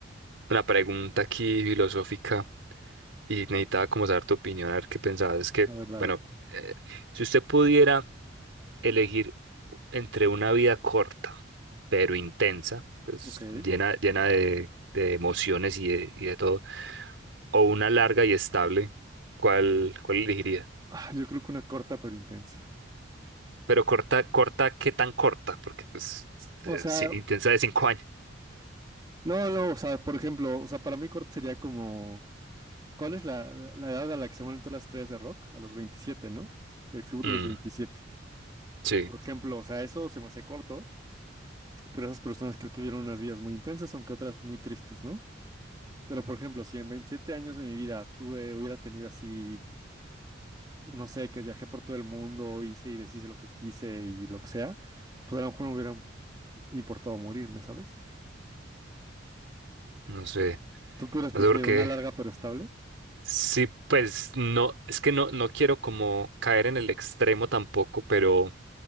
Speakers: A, on the right (about 80°); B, on the right (about 20°).
A: una pregunta aquí filosófica y necesitaba como saber tu opinión, a ver qué pensabas. Es que,
B: ver, dale.
A: bueno, eh, si usted pudiera elegir entre una vida corta, pero intensa, pues
B: Ok.
A: llena, llena de, de emociones y de, y de todo, o una larga y estable, ¿cuál, cuál elegiría?
B: Ah, yo creo que una corta pero intensa.
A: Pero corta, corta, ¿qué tan corta? Porque pues
B: O
A: eh,
B: sea,
A: sí, intensa de cinco años.
B: no, no, o sea, por ejemplo, o sea, para mí corta sería como, ¿cuál es la, la edad a la que se mueren todas las estrellas de rock? A los 27, ¿no? Que El club
A: Mm,
B: de los 27.
A: sí,
B: Por ejemplo, o sea, eso se me hace corto, pero esas personas creo que vieron unas vidas muy intensas, aunque otras muy tristes, ¿no? Pero, por ejemplo, si en 27 años de mi vida tuve, hubiera tenido así, no sé, que viajé por todo el mundo, hice y deshice lo que quise y lo que sea, pues a lo mejor no me hubiera importado morirme, ¿sabes?
A: no sé,
B: ¿Tú qué hubieras
A: no
B: preferido?
A: sé por qué.
B: ¿Una larga pero estable?
A: Sí, pues no, es que no, no quiero como caer en el extremo tampoco, pero,